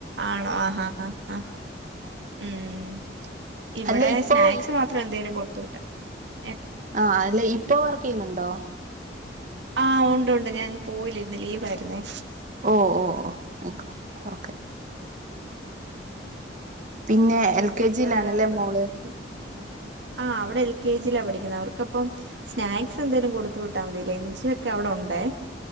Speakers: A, on the right; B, on the right.
A: ആണോ ആഹാ ഹാ ആ ഉം ഇവിടെ
B: അല്ല ഇപ്പൊ
A: സ്നാക്സ് മാത്രം എന്തേലും കൊടു <unintelligible>
B: ആഹ അല്ല ഇപ്പൊ വർ ക്ക് ചെയ്യുന്നുണ്ടോ
A: ആഹ് ഉണ്ട് ഉണ്ട് ഞാൻ ഇന്ന് പോയില്ല ഇന്ന് ലീവ് ആയിരുന്നേ
B: ഓ ഓ ഓ ആയിക്കോ ഓക്കെ പിന്നെ
A: പിന്നെന്തുണ്ട്
B: എൽ കെ ജിയിലാണല്ലേ മോള്
A: <unintelligible> ആ അവള് എൽ കെ ജിലാ പഠിക്കുന്നത് അവർക്കപ്പം കെ ജി ലാ പഠിക്കുന്നേ അവർക്കപ്പം സ്നാക്സ് എന്തെങ്കിലും കൊടുത്ത് വിട്ടാ മതി ലഞ്ച് ഒക്കെ അവിടെ ഉണ്ടേ